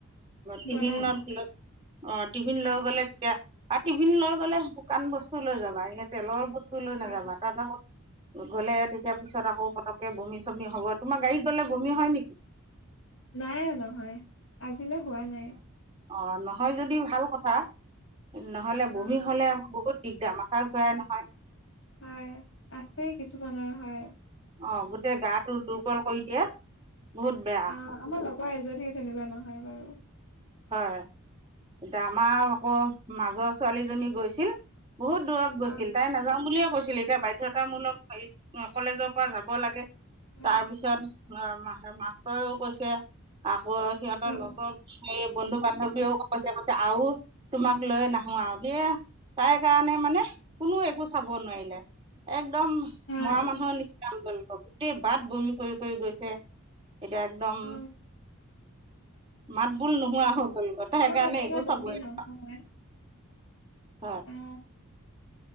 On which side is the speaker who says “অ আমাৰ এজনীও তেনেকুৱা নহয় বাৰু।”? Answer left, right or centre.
Left